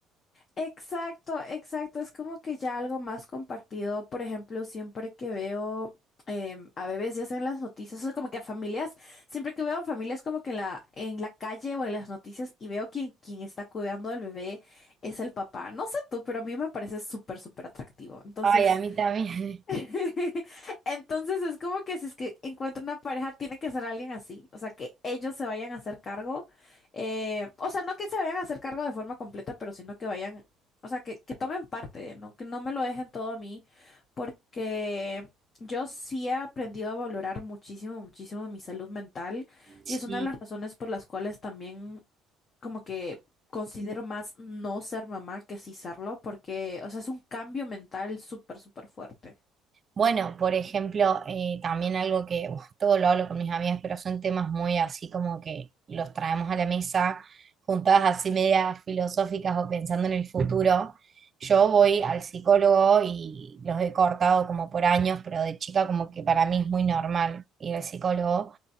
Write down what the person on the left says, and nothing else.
Exacto, exacto. Es como que ya algo más compartido. Por ejemplo, siempre que veo em, a bebés ya sea en las noticias, o sea, como que a familias, siempre que veo a familias como que en la, en la calle o en las noticias y veo quien, quien está cuidando al bebé es el papá. No sé tú, pero a mí me parece súper, súper atractivo. Entonces,
<laughs> Entonces es como que si es que encuentra una pareja, tiene que ser alguien así, o sea, que ellos se vayan a hacer cargo, eh, o sea, no que se vayan a hacer cargo de forma completa, pero sino que vayan, o sea, que, que tomen parte, ¿no? Que no me lo dejen todo a mí, porque yo sí he aprendido a valorar muchísimo, muchísimo mi salud mental
y es una
de las razones por las cuales también como que... Considero más no ser mamá que sí serlo, porque, o sea, es un cambio mental súper, súper fuerte.